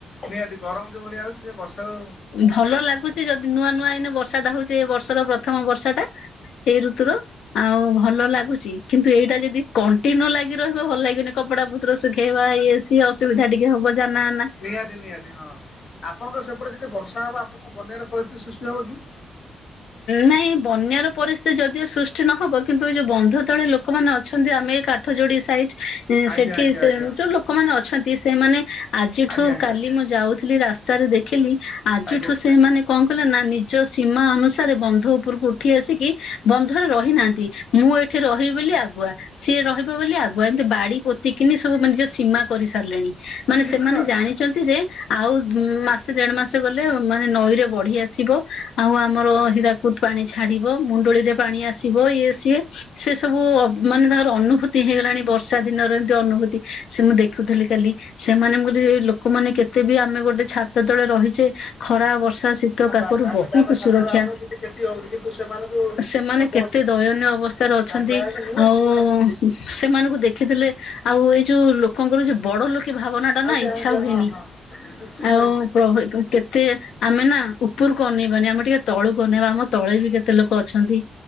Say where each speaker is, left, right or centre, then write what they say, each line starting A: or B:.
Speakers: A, on the left (about 40°); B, on the left (about 80°).
A: ନିହାତି ଗରମ ଯୋଉ ଭଳିଆ ହଉଛି ସେ ବର୍ଷା ଉ
B: ଭଲ ଲାଗୁଚି ଯଦି ନୂଆ ନୂଆ ଏଇନେ ବର୍ଷା ଟା ହଉଛି ଏ ବର୍ଷର ପ୍ରଥମ ବର୍ଷା ଟା। ସେଇ ଋତୁର ଆଉ ଭଲ ଲାଗୁଛି କିନ୍ତୁ ଏଇଟା ଯଦି କଣ୍ଟିନ୍ୟୁ ଲାଗି ରହିବ ଭଲ ଲାଗିବନି। କପଡା ପତର ଶୁଖେଇବା ଇଏ ସେ ଅସୁବିଧା ଟିକେ ହବ ଜାନା ଆନା।
A: ନିହାତି ନିହାତି ହଁ ଆପଣଙ୍କ ସେପଟେ ଯଦି ବର୍ଷା ହବ ଆପଣଙ୍କ ବନ୍ୟାର ପରିସ୍ଥିତି ସୃଷ୍ଟି ହବ କି?
B: ନାଇଁ ବନ୍ୟାର ପରିସ୍ଥିତି ଯଦିଓ ସୃଷ୍ଟି ନହବ କିନ୍ତୁ ଏ ଯୋଉ ବନ୍ଧ ତଳେ ଲୋକମାନେ ଅଛନ୍ତି ଆମେ ଏ କା ଠ ଯୋଡି ସାଇଟ୍ ଏଁ,
A: ଆଜ୍ଞା
B: ସେଠି
A: ଆଜ୍ଞା
B: ସେ
A: ଆଜ୍ଞା ଆଜ୍ଞା
B: ଯୋଉ ଲୋକମାନେ ଅଛନ୍ତି ସେମାନେ ଆଜିଠୁ
A: ଆଜ୍ଞା
B: କାଲି ମୁଁ ଯାଉ ଥିଲି ରାସ୍ତାରେ ଦେଖିଲି ଆଜିଠୁ
A: ଆଜ୍ଞା
B: ସେମାନେ କଣ କଲେ ନା ନିଜ ସୀମା ଅନୁସା ସାରେ ବନ୍ଧ ଉପରକୁ ଉଠି ଆସିକି ବନ୍ଧରେ ରହିନାହାନ୍ତି ମୁଁ ଏଠି ରହିବି ବୋଲି ଆଗୁଆ ସିଏ ରହିବ ବୋଲି ଆଗୁଆ ଏମିତି ବାଡି ପୋତିକିନି ସବୁ ମାନେ ନିଜ ସୀମା କରି ସାରିଲେଣି। ମାନେ
A: ନିଶ୍ଚିତ
B: ସେମାନେ ଜାଣିଚନ୍ତି ଯେ ଆଉ ଉଁ, ମାସେ ଦେଢ ମାସ ଗଲେ ମାନେ ନଈରେ ବଢି ଆସିବ ଆଉ ଆ ମର ହୀରାକୁଦ ପାଣି ଛାଡିବ। ମୁଣ୍ଡଳି ରେ ପାଣି ଆସିବ ଇଏ ସିଏ ସେ ସବୁ ଅ, ମାନେ ତାଙ୍କର ଅନୁଭୂତି ହେଇଗଲାଣି ବର୍ଷା ଦିନର ଏମିତି ଅନୁଭୂତି। ସେ ମୁଁ ଦେଖୁଥିଲି କାଲି। ସେମାନେ ବୋଲି ଲୋକମାନେ କେତେ ବି ଆମେ ଗୋଟେ ଛାତ ତଳେ ରହିଛେ ଖରା ବର୍ଷା ଶୀ ତ
A: ବାସ୍
B: କାକରରୁ
A: ଆମେ
B: ବହୁତ
A: ଆମେ ଛାତ୍ର
B: ସୁର କ୍ଷା
A: ଆମର କିଛି କ୍ଷତି ହଉନି କିନ୍ତୁ ସେମାନଙ୍କୁ
B: ସେମାନେ
A: ବହୁତ
B: କେତେ ଦୟନୀୟ ଅବସ୍ଥାରେ ଅଛନ୍ତି।
A: ଆଜ୍ଞା ଆଜ୍ଞା ନିହାତି
B: ଆଉ
A: ନିହାତି
B: ସେମାନଙ୍କୁ ଦେଖିଥିଲେ ଆଉ ଏଇ ଯୋଉ ଲୋକଙ୍କର ଯୋଉ ବଡ ଲୋ କେ ଭାବନା ଟା ନା
A: ଆଜ୍ଞା
B: ଇଚ୍ଛା
A: ଆଜ୍ଞା
B: ହୁଏନି
A: ହଁ ହଁ ନିଶ୍ଚିତ
B: ଆଉ
A: ନିଶ୍ଚିତ
B: ପ୍ର- ହି-କେତେ ତେ ଆମେ ନା ଉପରକୁ ଅନେଇବାନି ଆମେ ଟିକେ ତଳୁକୁ ଅନେଇବା ଆମ ତଳେ ବି କେତେ ଲୋକ ଅଛନ୍ତି।